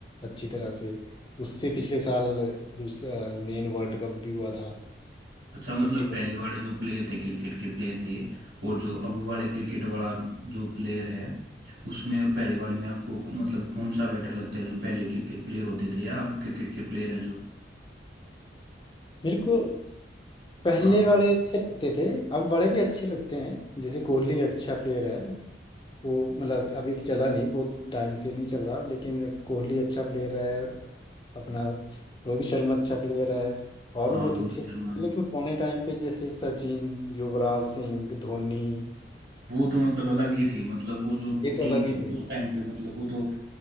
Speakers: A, on the left (about 25°); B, on the right (about 65°).
A: अच्छी तरह से उससे पिछले साल दूसरा मेन वर्ल्ड कप भी हुआ था
B: अच्छा मतलब
A: फिफ्टी
B: पहले वाले जो प्लेयर थे क्रिकेट के प्लेयर थे और जो अब वाले क्रिकेट वाला जो प्लेयर है उसमें और पहले वाले में आपको क- मतलब कौन सा बेटर लगता है जो पहले क्रिकेट प्लेयर होते थे या अब क्रिकेट के प्लेयर हैं जो
A: मेरे को पहले
B: हाँ तो-
A: वाले अच्छे लगते थे अब वाले भी अच्छे लगते हैं जैसे कोहली अच्छा प्लेयर है वो मतलब अभी चला नहीं वो टाइम से नहीं चल रहा लेकिन कोहली अच्छा प्लेयर है अपना रोहित शर्मा अच्छा प्लेयर है और
B: हाँ
A: भी बहुत
B: रोहित
A: अच्छे
B: शर्मा
A: लेकिन पुराने टाइम पे जैसे सचिन युवराज सिंह धोनी
B: वो तो मतलब अलग ही थी मतलब वो जो
A: ये तो
B: टीम
A: अलग
B: थी
A: ही थे
B: उस टाइम पे मतलब वो तो